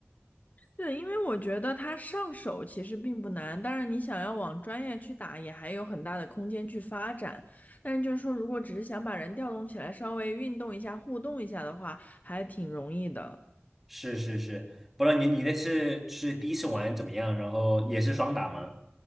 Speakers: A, on the left; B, in the centre.
A: 是因为我觉得它上手其实并不难，当然你想要往专业去打，也还有很大的空间去发展。但是就是说，如果只是想把人调动起来，稍微运动一下、互动一下的话，还挺容易的。
B: 是是是，不知道你你那次是第一次玩怎么样？然后也是双打吗？